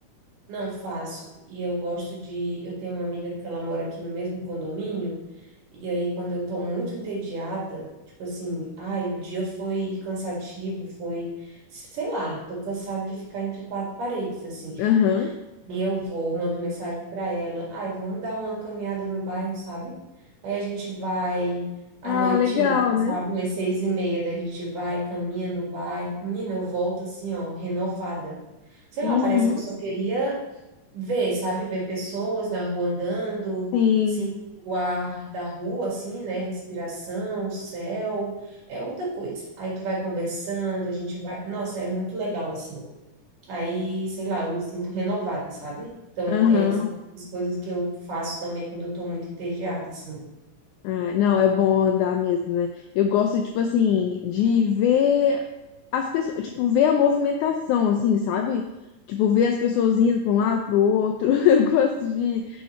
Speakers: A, on the right; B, on the left.
A: Não faço. E eu gosto de. Eu tenho uma amiga que ela mora aqui no mesmo condomínio. E aí, quando eu tô muito entediada, tipo assim, ai, o dia foi cansativo, foi, sei lá, tô cansada de ficar entre quatro paredes, assim.
B: Aham.
A: E eu vou, mando mensagem para ela, ai, vamos dar uma caminhada no bairro, sabe? Aí a gente vai à
B: Ah,
A: noitinha,
B: legal,
A: assim,
B: né?
A: sabe? Às seis e meia, daí a gente vai, caminha no bairro. Menina, eu volto assim, ó, renovada. Sei
B: Uhum,
A: lá, parece que eu só queria ver, sabe? Ver pessoas na rua andando,
B: sim.
A: sentir o ar da rua, assim, né? Respiração, o céu, é outra coisa. Aí tu vai conversando, a gente vai. Nossa, é muito legal, assim. Aí, sei lá, eu me sinto renovada, sabe? Então,
B: Aham.
A: é isso, são as coisas que eu faço também quando eu tô muito entediada, assim.
B: Ah, não, é bom andar mesmo, né? Eu gosto, tipo assim, de ver as pessoas, tipo, ver a movimentação, assim, sabe? Tipo, ver as pessoas indo para um lado, para o outro. <laughs> Eu gosto de,